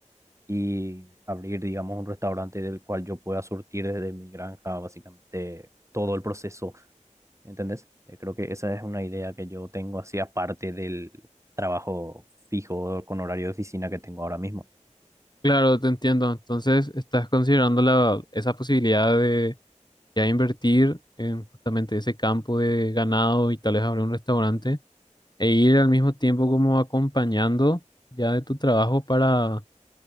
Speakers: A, on the right (about 25°); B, on the left (about 35°).
A: y abrir, digamos, un restaurante del cual yo pueda surtir desde mi granja, básicamente, todo el proceso ¿Entendés? Eh, creo que esa es una idea que yo tengo así aparte del trabajo fijo con horario de oficina que tengo ahora mismo.
B: Claro, te entiendo. Entonces, estás considerando la, esa posibilidad de ya invertir en justamente ese campo de ganado y tal vez abrir un restaurante. e ir al mismo tiempo como acompañando ya de tu trabajo para